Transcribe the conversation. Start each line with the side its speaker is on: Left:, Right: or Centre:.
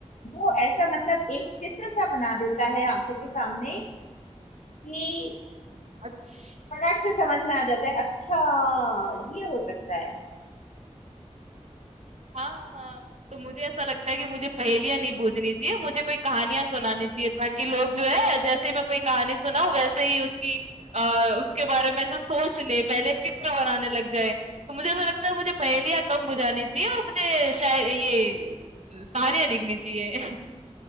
Left: वो ऐसा मतलब एक चित्र सा बना देता है आंखों के सामने कि
Right: अच्छा
Left: फटाक से समझ में आ जाता है अच्छा ये हो सकता है
Right: हाँ, हाँ। तो मुझे ऐसा लगता है कि मुझे पहेलियाँ नहीं बूझनी चाहिए, मुझे कोई कहानियाँ सुनानी चाहिए ताकि लोग जो है जैसे ही मैं कोई कहानी सुनाऊँ वैसे ही उसकी अ, उसके बारे में ऐसे सोच ले, पहले चित्र बनाने लग जाए। तो मुझे ऐसा लगता है मुझे पहेलियाँ कम बुझानी चाहिए और मुझे शाय ये कहानियाँ लिखनी चाहिए।